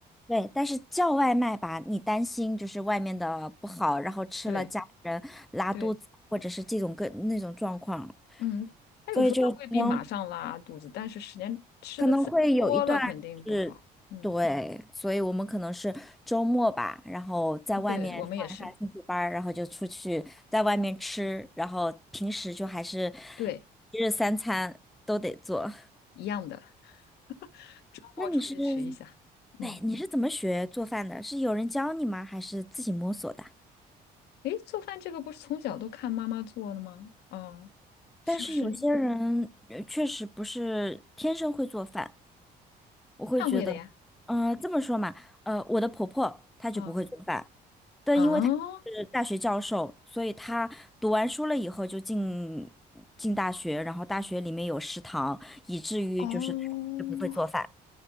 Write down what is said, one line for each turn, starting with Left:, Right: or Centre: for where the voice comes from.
Centre: 对，但是叫外卖吧，你担心就是外面的不好，然后吃了家里人拉肚子，
Left: 对对，
Centre: 或者是这种各那种状况，
Left: 嗯，他有时候他未必马上拉肚子，
Centre: 所以就可能
Left: 但是时间吃的次数多了肯定不好。
Centre: 可能会有一段是，
Left: 嗯，
Centre: 对，所以我们可能是周末吧，然后在外面上一下兴趣班儿然后就出去在外面吃，
Left: 对，我们也是，
Centre: 然后平时就还是
Left: 对，
Centre: 一日三餐都得做。
Left: 一样的。<laughs> 周末出去吃一下。
Centre: 那你是，
Left: 嗯，
Centre: 对，你是怎么学做饭的？是有人教你吗？还是自己摸索的？
Left: 诶，做饭这个不是从小都看妈妈做的吗？哦，是不是
Centre: 但是有些人呃确实不是天生会做饭，我会觉得，
Left: 看会的呀？
Centre: 嗯，这么说嘛，呃，我的婆婆她就不会做饭，
Left: 啊
Centre: 但因为她是大学教授，
Left: 啊
Centre: 所以她读完书了以后就进进大学，然后大学里面有食堂，以至于就是就不会做饭。
Left: 哦，